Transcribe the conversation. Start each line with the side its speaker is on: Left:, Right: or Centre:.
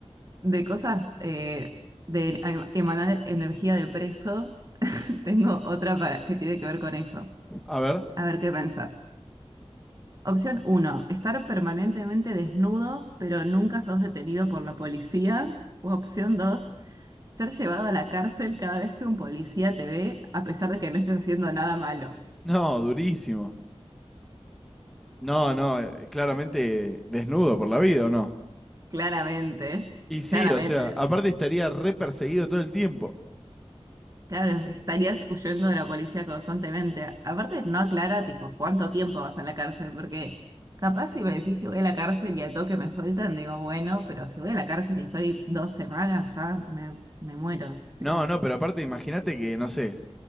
Right: de cosas eh, de em- emanar energía de preso, <laughs> tengo otra para, que tiene que ver con eso.
Centre: A ver.
Right: A ver qué pensás. Opción uno: estar permanentemente desnudo, pero nunca sos detenido por la policía. O opción 2: ser llevado a la cárcel cada vez que un policía te ve, a pesar de que no estés haciendo nada malo.
Centre: No, durísimo. No, no, eh, claramente desnudo por la vida, ¿o no?
Right: Claramente,
Centre: Y sí,
Right: claramente.
Centre: o sea, aparte estaría re perseguido todo el tiempo.
Right: Claro, estarías huyendo de la policía constantemente. Aparte, no aclara, tipo, cuánto tiempo vas a la cárcel, porque capaz si me decís que voy a la cárcel y al toque me sueltan, digo, bueno, pero si voy a la cárcel y estoy dos semanas, ya me, me muero. Tipo.
Centre: No, no, pero aparte imagínate que, no sé,